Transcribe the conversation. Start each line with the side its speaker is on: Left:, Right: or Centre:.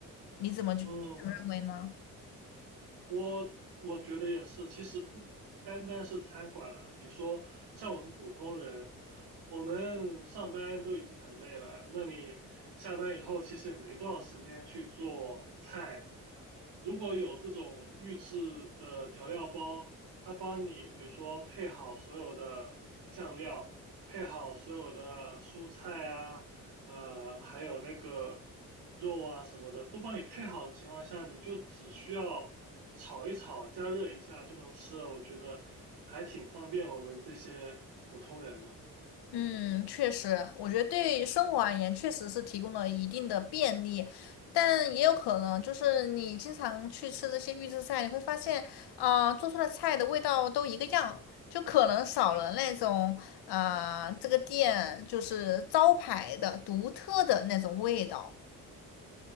Left: 你怎么就认为呢？
Right: 嗯 <laughs> 我我觉得也是，其实不单单是餐馆了。你说像我们普通人，我们上班都已经很累了，那你下班以后其实也没多少时间去做菜。如果有这种预制的调料包，它帮你比如说配好所有的酱料，配好所有的蔬菜啊，呃，还有那个肉啊什么的，都帮你配好的情况下，你就只需要炒一炒，加热一下就能吃了。我觉得还挺方便我们这些普通人的。
Left: 嗯，确实，我觉得对于生活而言，确实是提供了一定的便利，但也有可能就是你经常去吃这些预制菜，你会发现，啊，做出的菜的味道都一个样，就可能少了那种，啊这个店就是招牌的独特的那种味道。